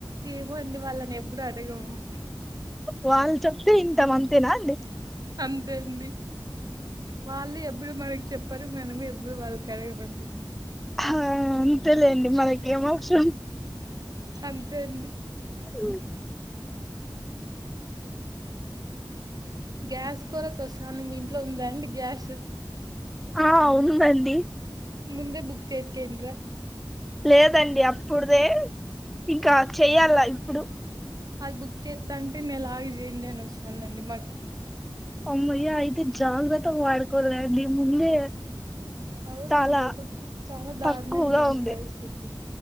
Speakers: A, on the right; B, in the centre.
A: ఏమో అండి వాళ్ళని ఎప్పుడు అడగము
B: వాళ్ చప్తే ఇంతం అంతేనా అండి
A: అంతే అండి వాళ్ళు ఎప్పుడు మనకి చెప్పరు మేనము ఎప్పుడు వాళ్ళను అడిగామండి
B: హ అంతేలేండి మనకేం అవసరం
A: అంతే అండి
B: అ
A: గ్యాస్ కొరత వస్తాంది మీ ఇంట్లో ఉందాండి గ్యాస్
B: ఆ ఉంది అండి
A: ముందే బుక్ చేస్కేంటరా
B: లేదండి అప్పుడుదే ఇంకా చెయ్యాలా ఇప్పుడు
A: మా ది బుక్ చేత్తంటే నేలాగి చేయండి అని వస్తందండి మాకి
B: అమ్మయ్య అయితే జాగ్రత్త వాడుకోలండి ముందే
A: అవునండి
B: తలా
A: ఒక చాలా దారుణంగా
B: తక్కువగా
A: అయింది
B: ఉంది
A: పరిస్థితి.